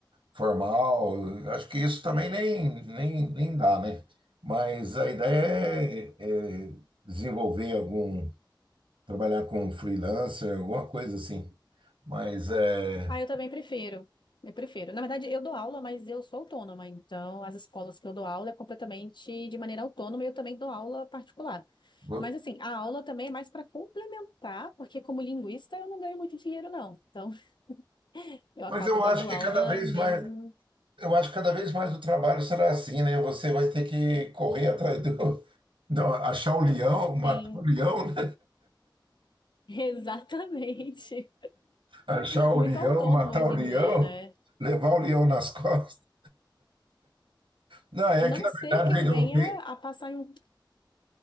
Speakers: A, on the right; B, on the left.
A: formal, acho que isso também nem, nem, nem dá, né? Mas a ideia é, é desenvolver algum, trabalhar com um freelancer, alguma coisa assim. Mas, é,
B: Ah, eu também prefiro. Eu prefiro. Na verdade, eu dou aula, mas eu sou autônoma. Então, as escolas que eu dou aula é completamente de maneira autônoma e eu também dou aula particular.
A: vou-
B: Mas, assim, a aula também é mais para complementar, porque como linguista eu não ganho muito dinheiro, não. Então, <laughs> eu acabo
A: mas eu
B: dando
A: acho que
B: aula
A: cada vez
B: mesmo.
A: mais. Eu acho que cada vez mais o trabalho será assim, né? Você vai ter que correr atrás do. Não, achar o leão, matar
B: Sim,
A: o leão, né?
B: <laughs> exatamente.
A: Achar o
B: Muito
A: leão,
B: autônomo
A: matar
B: hoje
A: o leão,
B: em dia, né?
A: levar o leão nas costas. Não, é
B: A não
A: que na
B: ser
A: verdade
B: que
A: veio
B: eu
A: de
B: venha
A: um tempo,
B: a passar em um.